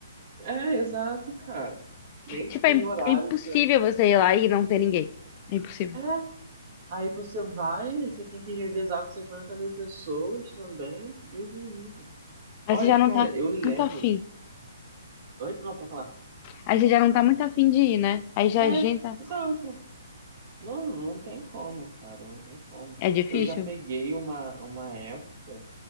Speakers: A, on the right (about 40°); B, on the left (about 35°).
A: é exato, cara. Nem tipo
B: Tipo, é,
A: em
B: im-
A: horário
B: é impossível
A: que você.
B: você ir lá e não ter ninguém. É impossível.
A: É, Aí você vai, você tem que revezar com 50 mil pessoas também. Deus me livre.
B: Aí
A: Olha,
B: você já não
A: cara,
B: tá
A: eu lembro.
B: muito afim.
A: Oi? Não, pra falar.
B: Aí você já não tá muito afim de ir, né? Aí já
A: É,
B: agenda.
A: exato. Não, não tem como, cara, não tem como.
B: É difícil?
A: Eu já peguei uma, uma época,